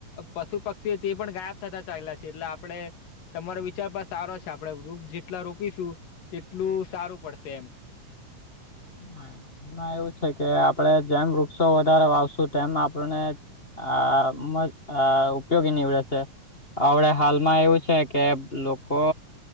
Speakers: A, on the left; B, on the left.
A: પશુ પક્ષી તે પણ ગાયબ થતા ચાઈલા છે એટલે આપડે તમારો વિચાર પર સારો છે આપડે વૃક્ષ જેટલા રોપીશું તેટલું સારું પડશે એમ.
B: હા એમાં એવું છે કે આપડે જેમ વૃક્ષો વધારે વાવશુ તેમ આપણને આ અ ઉપયોગી નીવડે છે. આવડે હાલમાં એવું છે કે લોકો